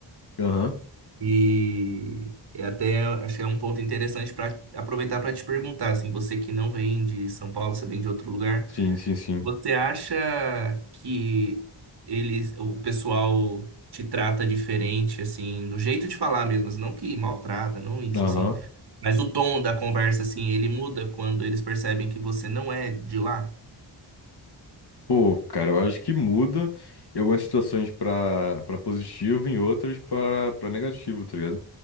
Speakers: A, on the left (about 60°); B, on the right (about 60°).
A: Aham,
B: e eu até achei um ponto interessante pra aproveitar pra te perguntar, assim, você que não vem de São Paulo, você vem de outro lugar.
A: Sim, sim, sim.
B: Você acha que eles, o pessoal te trata diferente, assim, do jeito de falar mesmo, assim, não que maltrata, não isso,
A: Aham.
B: assim, mas o tom da conversa, assim, ele muda quando eles percebem que você não é de lá?
A: Pô, cara, eu acho que muda em algumas situações pra, pra positivo, em outras pra, pra negativo, tá ligado?